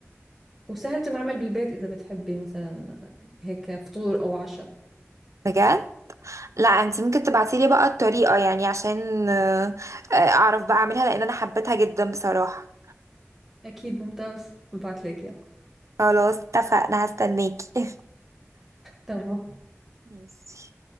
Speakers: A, in the centre; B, on the right.
A: وسهل تنعمل بالبيت اذا بتحبي مثلا آه، هيك فطور او عشاء
B: بجد لا انت ممكن تبعتيلي بقى الطريقة يعني عشان آه، آه، اعرف بقى اعملها لان انا حبيتها جدا بصراحة
A: اكيد ممتاز ببعت لك اياه
B: خلاص اتفقنا هستناكي <laughs>
A: تمام
B: ماشي